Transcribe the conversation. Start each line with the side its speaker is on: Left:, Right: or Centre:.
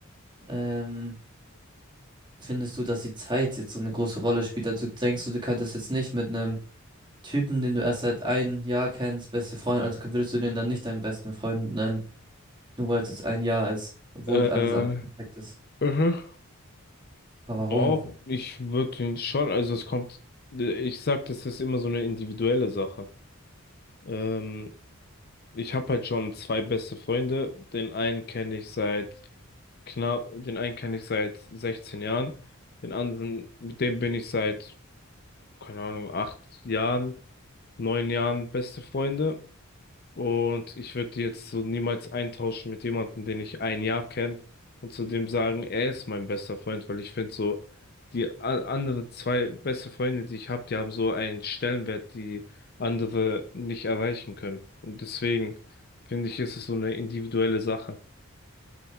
Right: Ähm, findest du, dass die Zeit jetzt so eine große Rolle spielt? Also denkst du, du könntest jetzt nicht mit einem Typen, den du erst seit ein Jahr kennst, beste Freund, also würdest du den dann nicht deinen besten Freund nennen, nur weil es jetzt ein Jahr ist, obwohl
Left: Äh,
Right: alles andere perfekt ist.
Left: mhm.
Right: Aber
Left: Doch,
Right: warum?
Left: ich würde ihn schon, also es kommt, ich sag, das ist immer so eine individuelle Sache. Ähm, ich habe halt schon zwei beste Freunde. Den einen kenne ich seit knapp, den einen kenne ich seit 16 Jahren. Den anderen, mit dem bin ich seit, keine Ahnung, acht Jahren, neun Jahren beste Freunde. Und ich würde die jetzt so niemals eintauschen mit jemandem, den ich ein Jahr kenne und zu dem sagen, er ist mein bester Freund, weil ich finde so, die a- anderen zwei beste Freunde, die ich habe, die haben so einen Stellenwert, die andere nicht erreichen können. Und deswegen finde ich, ist es so eine individuelle Sache.